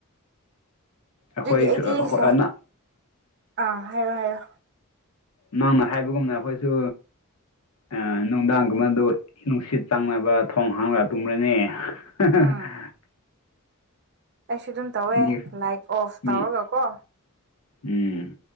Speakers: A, on the left; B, on the right.
A: ꯑꯩꯈꯣꯏꯁꯨ
B: ꯑꯗꯨꯒꯤ ꯑꯩꯗꯤ ꯁꯥꯏ
A: ꯑꯥꯅ
B: ꯑꯥ ꯍꯥꯏꯌꯣ ꯍꯥꯏꯌꯣ
A: ꯅꯪꯅ ꯍꯥꯏꯕꯒꯨꯝꯅ ꯑꯈꯣꯏꯁꯨ ꯑꯥ ꯅꯨꯡꯗꯥꯡꯒꯨꯝꯕꯗꯨ ꯅꯨꯡꯁꯤꯠ ꯆꯪꯅꯕ ꯊꯣꯡ ꯍꯥꯡꯂꯒ ꯇꯨꯝꯔꯦꯅꯦ <unintelligible>
B: ꯎꯝ ꯑꯩꯁꯨ ꯑꯗꯨꯝ ꯇꯧꯋꯦ
A: ꯃꯤ
B: ꯂꯥꯏꯠ ꯑꯣꯐ
A: ꯃꯤ
B: ꯇꯧꯔꯒ ꯀꯣ
A: ꯎꯝ